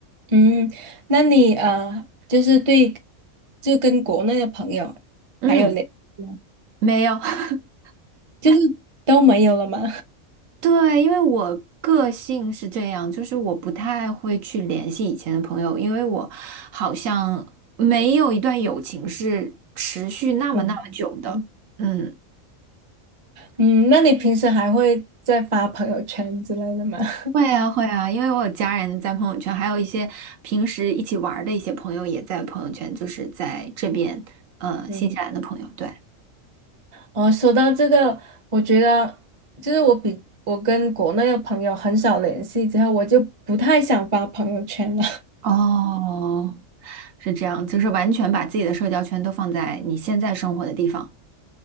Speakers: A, on the right; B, on the right.
A: 嗯，那你呃，就是对，就跟国内的朋友
B: 嗯，
A: 还有联系吗？
B: 没有。<laughs>
A: 就是都没有了吗？
B: 对，因为我个性是这样，就是我不太会去联系以前的朋友，因为我好像没有一段友情是持续那么那么久的。
A: <laughs> 嗯，好的。嗯
B: 嗯。
A: 嗯，那你平时还会再发朋友圈之类的吗？<laughs>
B: 会啊，会啊，因为我有家人在朋友圈，还有一些平时一起玩儿的一些朋友也在朋友圈，就是在这边，呃，
A: 嗯，
B: 新西兰的朋友，对。
A: 哦，说到这个，我觉得就是我比我跟国内的朋友很少联系之后，我就不太想发朋友圈了。
B: 哦，是这样，就是完全把自己的社交圈都放在你现在生活的地方。